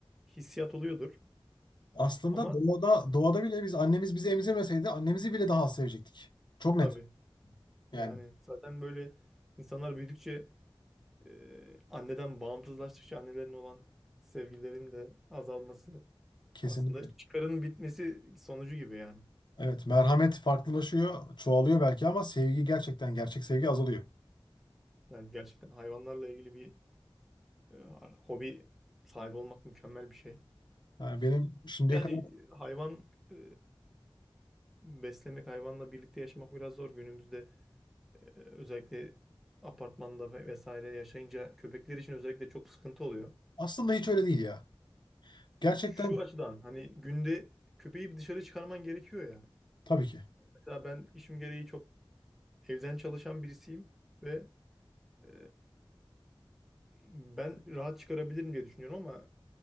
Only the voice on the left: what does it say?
Aslında
doğada doğada bile biz annemiz bizi emzirmeseydi annemizi bile daha az sevecektik. Çok net.
Yani
kesinlikle.
Evet, merhamet farklılaşıyor, çoğalıyor belki ama sevgi gerçekten gerçek sevgi azalıyor.
Yani benim şimdiye
kadar
aslında hiç öyle değil ya. Gerçekten
tabii ki.